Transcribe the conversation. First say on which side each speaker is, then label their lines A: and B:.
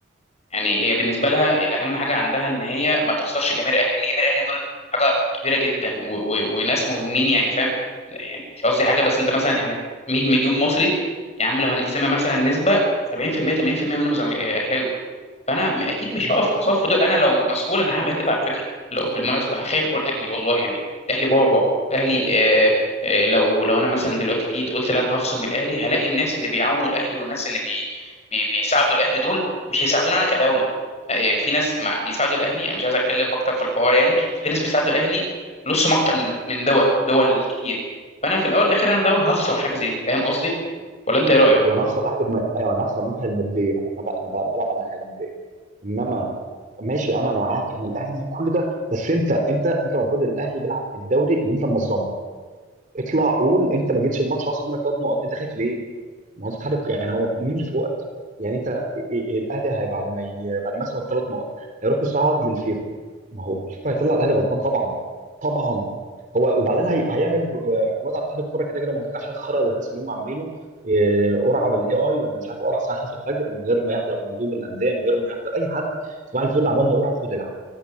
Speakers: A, on the left (about 35°); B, on the right (about 40°).
A: يعني هي بالنسبه لها الاهم حاجه عندها ان هي ما تخسرش جماهير الاهلي لان جماهير الاهلي دول حاجه كبيره جدا و و وناس مهمين يعني فاهم لا يعني مش قصدي حاجه بس انت مثلا احنا 100 مليون مصري يا عم لو هنقسمها مثلا نسبه 70% 80% منهم زمال- اهلاوي فانا م- اكيد مش
B: فيه
A: هقف في صف دول انا لو مسؤول انا هعمل كده على فكره لو بالمناسبه هخاف من اهلي والله يعني اهلي بعبع اهلي آه آه لو لو انا مثلا دلوقتي جيت قلت لا انا هخصم من اهلي هلاقي الناس اللي بيعاونوا الاهلي والناس اللي بي بي بيساعدوا الاهلي دول مش هيساعدوني انا كدوله آه، يعني في ناس مع بيساعدوا الاهلي انا مش عايز اتكلم اكتر في الحوار يعني بس في ناس بيساعدوا الاهلي فلوسهم اكتر من من دول دول كتير فانا في الاول والاخر انا دول هخسر حاجه زي دي فاهم قصدي ولا انت ايه رايك
B: هو انا هخسر ناحيه الم... ايوه انا هخسر الناحيه الماديه انا بقى انا بقى بلعب على الناحيه الماديه انما ماشي انا معاك ان الاهلي كل ده بس انت انت انت المفروض إن الاهلي بيلعب في الدوري اللي انت منظمه اطلع قول انت ما جيتش الماتش خسر منك ثلاث نقط انت خايف ليه؟ ما هو انت بتحارب يعني هو مين اللي فوقك؟ يعني انت ال- ال- الاهلي هي بعد ما ي... بعد ما يكسب الثلاث نقط هيروح يصعد للفيفا ما هو الفيفا هيطلع الاهلي غلطان طبعا طبعا هو وبعدين هي... هيعمل آه، عقوبات على اتحاد الكوره كده كده منطقه عشان خرب الهلس اللي هم عاملينه آه، قرعه بالاي اي ولا مش عارف قرعه الساعه 5 الفجر من غير ما يحضر مندوب الانديه من غير ما يحضر اي حد صباح الفل عملنا قرعه وخد العب